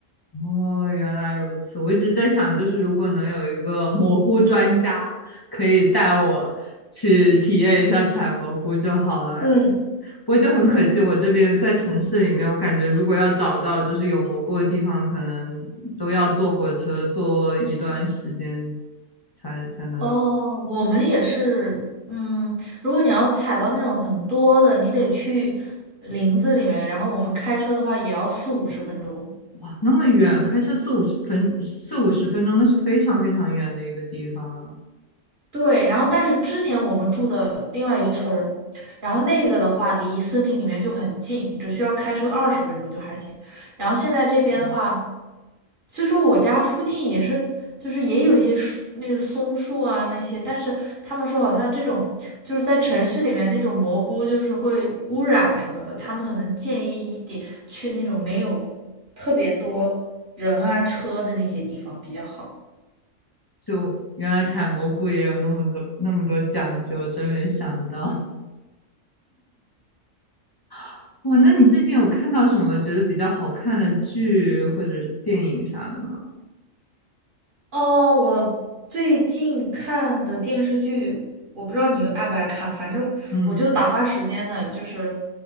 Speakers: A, on the left; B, on the right.
A: 哦，原来如此。我一直在想，就是如果能有一个蘑菇专家，可以带我去体验一下采蘑菇就好了。
B: 嗯。
A: 不过就很可惜，我这边在城市里面，我感觉如果要找到就是有蘑菇的地方，可能都要坐火车坐一段时间才才能
B: 哦，我们也是，嗯，如果你要采到那种很多的，你得去林子里面，然后我们开车的话也要四五十分钟。
A: 啊，那么远，开车四五十分四五十分钟，那是非常非常远的一个地方啊。
B: 对，然后但是之前我们住的另外一个村儿，然后那个的话离森林里面就很近，只需要开车二十分钟就还行。然后现在这边的话，
A: 哦
B: 虽说我家附近也是，就是也有一些树，那个松树啊那些，但是他们说好像这种就是在城市里面那种蘑菇就是会污染什么的，他们可能建议一点去那种没有特别多人啊车的那些地方比较好。
A: 就原来采蘑菇也有那么多那么多讲究，真没想到。<laughs> 哇，那你最近有看到什么觉得比较好看的剧或者是电影啥的吗？
B: 哦，我最近看的电视剧，我不知道你爱不爱看，反正我就打发时间的，
A: 嗯，
B: 就是